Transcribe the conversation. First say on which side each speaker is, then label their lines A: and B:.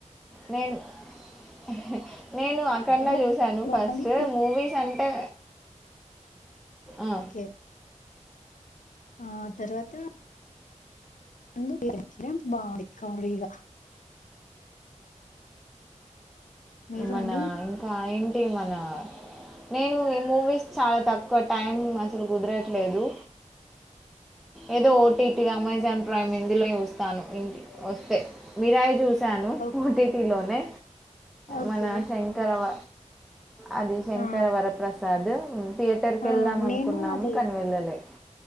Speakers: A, in the centre; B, on the left.
A: నేన్ ఎహ్ నేను అఖండ
B: అక్కడ
A: చూసాను
B: బాగుంది
A: ఫస్ట్ మూవీస్ అంటే ఆ,
B: ఒకే ఆ తర్వాత <inaudible> బావుంది కామ్డీగా మీరు
A: మన
B: అండి
A: ఇంకా ఏంటి మన నేను ఈ మూవీస్ చాలా తక్కువ టైం అసలు గుదరట్లేదు. ఏదో ఓటిటిగా అమెజాన్ ప్రైమ్ హిందీ లో చూస్తాను. ఒస్తే మిరాయి చూస్ సాను
B: ఓ
A: ఓటీటీలోనే
B: ఓకే
A: మన శంకరవ అది శంకరవరప్రసాద్
B: ఆ
A: థియేటర్ కెళ్దాం.
B: ఆ
A: అనుకున్నాము
B: నేను అది
A: కానివెళ్ళలే